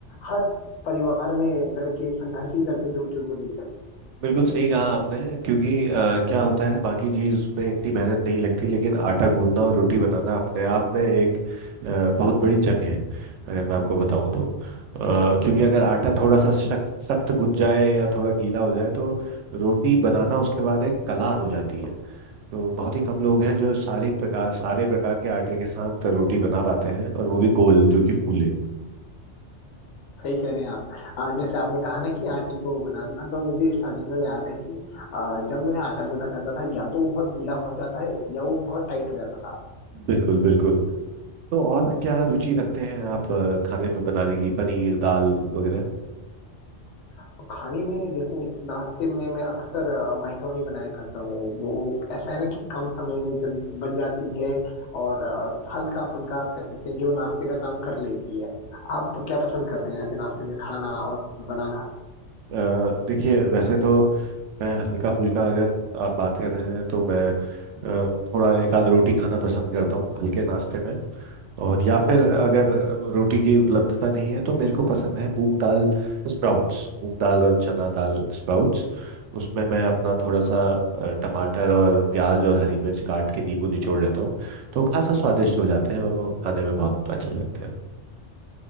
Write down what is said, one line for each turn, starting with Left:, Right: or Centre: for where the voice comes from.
Left: हर परिवार में लड़के संघर्ष ही करते हैं रोटियों को लेकर
Right: बिल्कुल सही कहा आपने क्योंकि अ, क्या होता है बाकी चीज में इतनी मेहनत नहीं लगती लेकिन आटा गूंदना और रोटी बनाना अपने आप में एक अ, बहुत बड़ी जंग है अगर मैं आपको बताऊं तो अ, क्योंकि अगर आटा थोड़ा सा सख्त सख्त गुज जाए या थोड़ा गीला हो जाए तो रोटी बनाना उसके बाद एक कला हो जाती है तो बहुत ही कम लोग हैं जो सारी प्रकार सारे प्रकार के आटे के साथ रोटी बना पाते हैं और वो भी गोल जो कि फूले
Left: सही कह रहे हैं आप अ, जैसे आपने कहा ना कि आटे को बनाना तो मुझे स्टार्टिंग में याद है कि अ, जब मैं आटा गोटा करता था या तो वो बहुत गीला हो जाता है या वो बहुत टाइट हो जाता था
Right: बिल्कुल बिल्कुल तो और क्या रुचि रखते हैं आप अ, खाने में बनाने की पनीर दाल वगैरह
Left: तो खाने में जैसे नाश्ते में मैं अक्सर अ, माइक्रोनी बनाया करता हूँ वो ऐसा है ना कि कम समय में जल्द बन जाती है और अ, हल्का फुल्का आप कह सकते हैं जो नाश्ते का काम कर लेती है आप क्या पसंद करते हैं ऐसे नाश्ते में खाना और बनाना
Right: अ, देखिए वैसे तो मैं हल्का फुल्का अगर आप बात कर रहे हैं तो मैं अ, थोड़ा एक आध रोटी खाना पसंद करता हूँ हल्के नाश्ते में और या फिर अगर रोटी की उपलब्धता नहीं है तो मेरे को पसंद है मूंग दाल स्प्राउट्स मूंग दाल और चना दाल स्प्राउट्स उसमें मैं अपना थोड़ा सा अ, टमाटर और प्याज और हरी मिर्च काट के नींबू निचोड़ लेता हूँ तो खासा स्वादिष्ट हो जाते हैं और वो खाने में बहुत अच्छे लगते हैं